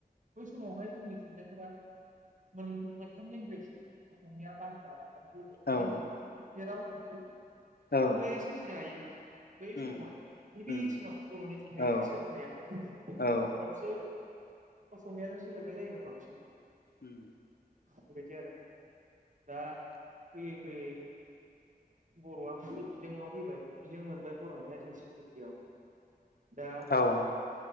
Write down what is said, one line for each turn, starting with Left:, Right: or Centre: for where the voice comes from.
Right: बै समावहाय जोंनि थुननायफोरा मोन मोनथाम लेंगुवेज असमिया बांला आरो बर' बे
Left: औ
Right: लेंगुवेज जोंसो बे रावसो थुनलाइया
Left: औ
Right: सोरजि जायो मोन बै समावहाय
Left: उम
Right: गिबिसिनाव
Left: उम
Right: बर'नि थुनलाइया
Left: औ
Right: सोरजिनाया उनावसो
Left: औ
Right: अस'मिया जों सो लिरनाय जायोमोन थिं
Left: उम
Right: बेबायदि आरो दा फैयै फैयै बर'आ मोनसे बिजोंङाव फैबाय बिजों मोनबाय फरायनाय नाइनटिन सिक्सटिथ्रियाव दा
Left: औ